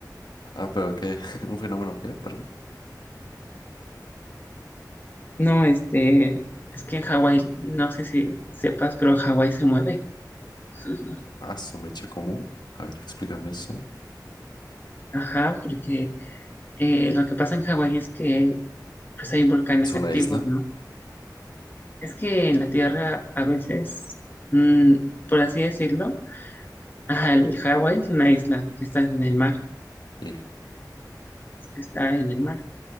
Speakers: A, on the left (about 80°); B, on the left (about 25°).
A: Ah, pero qué, <laughs> un fenómeno qué, perdón.
B: No, este, es que en Hawái, no sé si sepas, pero Hawái se mueve. <laughs>
A: Ah, su mecha común. A ver, explícame eso.
B: Ajá, porque eh, lo que pasa en Hawái es que pues hay volcanes
A: ¿Es una
B: activos,
A: isla?
B: ¿no? Es que en la Tierra a veces, mm, por así decirlo, ajá, el Hawái es una isla que está en el mar.
A: Sí,
B: está en el mar.